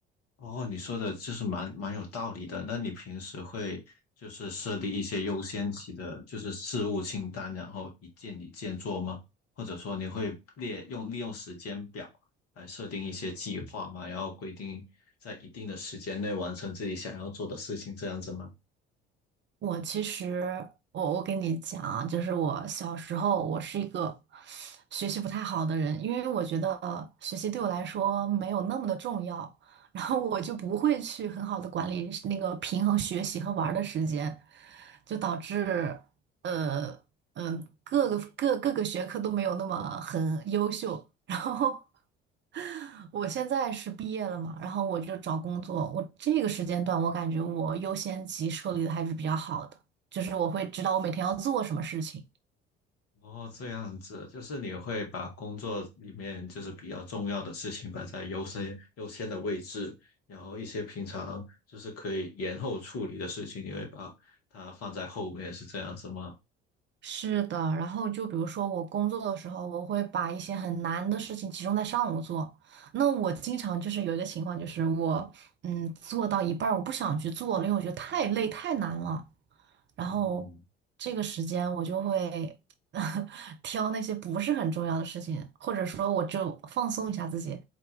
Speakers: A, on the left (about 50°); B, on the right (about 35°).
A: 哦，你说的就是蛮蛮有道理的。那你平时会就是设立一些优先级的，就是事务清单，然后一件一件做吗？或者说你会列用利用时间表来设定一些计划吗？然后规定在一定的时间内完成自己想要做的事情，这样子吗？
B: 我其实，我我跟你讲啊，就是我小时候，我是一个学习不太好的人，因为我觉得学习对我来说没有那么的重要，然后我就不会去很好的管理那个平衡学习和玩儿的时间，就导致呃嗯、各个各各个学科都没有那么很优秀，<laughs> 然后 <laughs> 我现在是毕业了嘛，然后我就找工作。我这个时间段，我感觉我优先级设立的还是比较好的，就是我会知道我每天要做什么事情。
A: 哦，这样子，就是你会把工作里面就是比较重要的事情摆在优先优先的位置，然后一些平常就是可以延后处理的事情，你会把它放在后面，是这样子吗？
B: 是的，然后就比如说我工作的时候，我会把一些很难的事情集中在上午做。那我经常就是有一个情况，就是我嗯做到一半儿我不想去做了，因为我觉得太累太难了。然后这个时间我就会
A: 嗯，
B: <laughs> 挑那些不是很重要的事情，或者说我就放松一下自己，